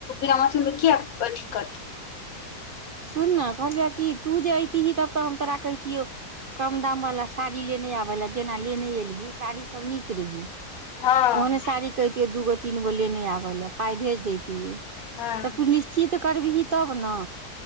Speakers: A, on the left; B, on the right.
A: ग्रामचलमे किया अती करतै
B: सुन ने कहलियह कि तू जे ऐतिही तब तऽ हम तोरा कहितियौ कम दाम वला साड़ी लेने आबय लए जेना लेने एलही साड़ीसभ नीक रहै
A: हँ
B: ओहने साड़ी कहितियो दूगो तीन गो लेने आबल ल पाय भेज देैतोयो
A: हँ
B: तऽ तू निश्चित करबिहि तब ने